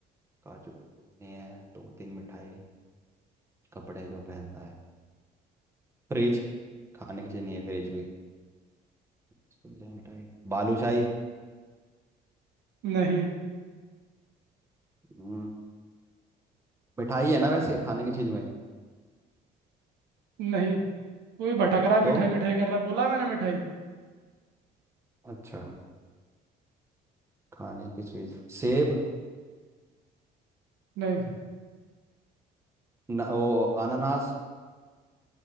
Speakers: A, on the right; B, on the right.
A: काजू बर्फी भी नहीं है दो तीन मिठाई कपड़े जो पहनता है फ्रिज खाने की चीज नहीं है फ्रिज भी रसगुल्ले मिठाई बालूशाही
B: नहीं
A: हम्म, मिठाई है ना वैसे खाने की चीज में
B: नहीं तू ही भटक रहा है मिठाई
A: तो
B: मिठाई कर रहा है बोला मैंने मिठाई
A: अच्छा खाने की चीज सेब
B: नहीं
A: न, वो अनानास